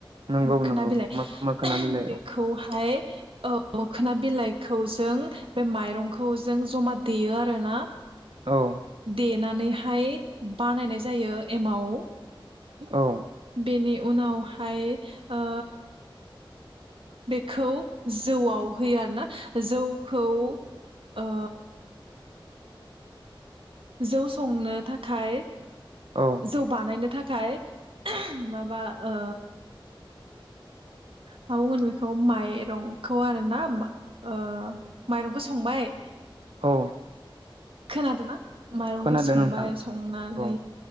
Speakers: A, on the right; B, on the right.
A: नंगौ
B: मोखोना
A: नंगौ
B: बिलाइ
A: मोखोना बिलाइ
B: बेखौहाय
A: औ
B: औ मोखोना बिलाइखौ जों बे माइरंखौ जों जमा देयो आरोना
A: औ
B: दे नानै हाय बानायनाय जायो एमाव
A: औ
B: बेनि उनावहाय ओ बेखौ जौआव होयो आरोना जौखौ ओ जौ संनो थाखाय
A: औ
B: जौ बानायनो थाख खाय माबा ओ मा बुंगोन बेखौ माइ एरं खौ आरोना मा ओ माइरंखो संबाय
A: औ
B: खोनादोना माइरंखो
A: खोनादों
B: संबाय
A: नोंथां
B: संनानै
A: औ